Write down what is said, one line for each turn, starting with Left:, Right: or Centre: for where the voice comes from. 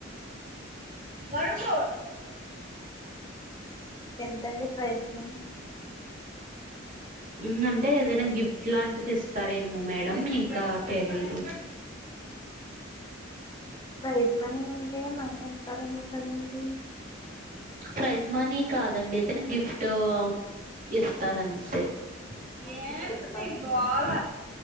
Right: మరుగు <inaudible>
Left: ఎంతండి ప్రైజ్ మనీ
Right: హ్మ్ అంటే ఏదైనా గిఫ్ట్ లాంటిది ఇస్తారేమో మేడం ఇంకా తెలీదు
Left: ప్రైస్ మనీ యు మనీ ఇస్తారనే కదండీ
Right: ప్రైజ్ మనీ కాదండి ఏదన్నా గిఫ్టో ఇస్తారంతే ఏంటి
Left: గిఫ్ట్ ఇస్తారండి
Right: మీ గోల